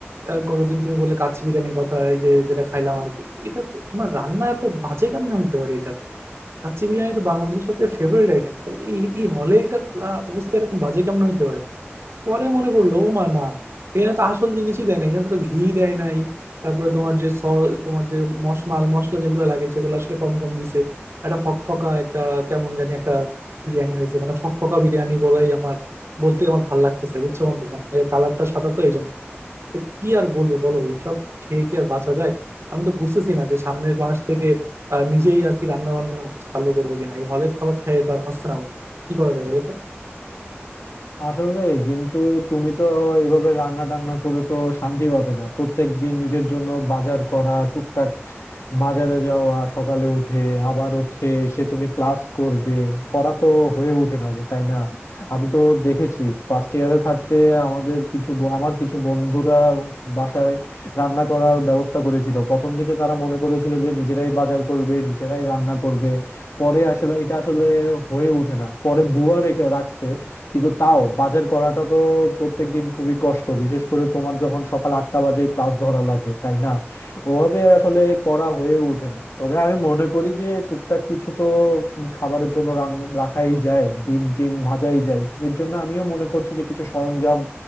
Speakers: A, on the right (about 65°); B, on the left (about 80°).
A: আহ, গতদিন তুমি বললে কাচ্চি বিরিয়ানির কথা এই যে যেটা খাইলাম আর কি এটা তো- মানে রান্না এত বাজে কেমনে হইতে পারে এটার কাচ্চি বিরিয়ানি তো বাংলাদেশের সবচেয়ে ফেভারিট আইটেম তাহলে এই এই হলে এটার আহ, অবস্থা এরকম বাজে কেমনে হইতে পারে পরে মনে পড়লো ও মা না এখানে তো আসল জিনিসই দেয় না এখানে তো ঘি দেয় নাই তারপরে তোমার যে স তোমার যে মশ মাল মশলা যেগুলো লাগে সেগুলো আসলে কম কম দিছে একটা ফকফকা একটা কেমন জানি একটা বিরিয়ানি হয়েছে মানে ফকফকা বিরিয়ানি বলাই আমার বলতে আমার ভাল লাগতেছে বুঝছো বন্ধু মানে এর কালারটা সাদা তো এই জন্য তো কি আর বলবো বলো এইসব খেয়ে কি আর বাঁচা যায় আমি তো বুঝতেছি না যে সামনের মাস থেকে আহ, নিজেই আর কি রান্না বান্না চালু করবো কিনা এই হলের খাবার খেয়ে তো আর হচ্ছে না বন্ধু কি করা যায় বলো তো
B: আসলে কিন্তু তুমি তো এভাবে রান্না টান্না করে তো শান্তি পাবে না প্রত্যেক দিন নিজের জন্য বাজার করা টুকটাক বাজারে যাওয়া সকালে উঠে আবার হচ্ছে সে তুমি ক্লাস করবে করা তো হয়ে ওঠে না তাই না আমি তো দেখেছি ফার্স্ট ইয়ারে থাকতে আমাদের কিছু ব- আমার কিছু বন্ধুরা বাসায় রান্না করার ব্যবস্থা করেছিল প্রথম দিকে তারা মনে করেছিল যে নিজেরাই বাজার করবে নিজেরাই রান্না করবে পরে আসলে এটা আসলে হয়ে ওঠে না পরে বুয়া রেখে রাখছে কিন্তু তাও বাজার করাটা তো প্রত্যেকদিন খুবই কষ্ট বিশেষ করে তোমার যখন সকাল আটটা বাজে ক্লাস ধরা লাগে তাই না ওভাবে আসলে করা হয়ে ওঠে না তবে আমি মনে করি যে টুকটাক কিছু তো খাবারের জন্য রান্না রাখাই যায় ডিম টিম ভাজাই যায় এর জন্য আমিও মনে করছি যে কিছু সরঞ্জাম